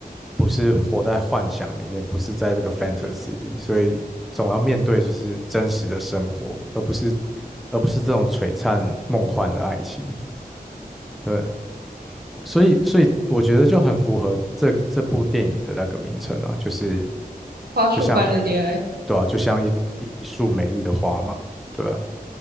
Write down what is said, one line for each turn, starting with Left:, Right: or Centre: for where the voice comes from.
Centre: 不是活在幻想里面，不是在这个 fantasy
Right: 嗯，
Centre: 里，所以总要面对就是真实的生活，而不是而不是这种璀璨梦幻的爱情。对，所以，所以我觉得就很符合这这部电影的那个名称啊，就是
Right: 花束般的恋爱。
Centre: 就像，对啊，就像一一一束美丽的花嘛，对啊，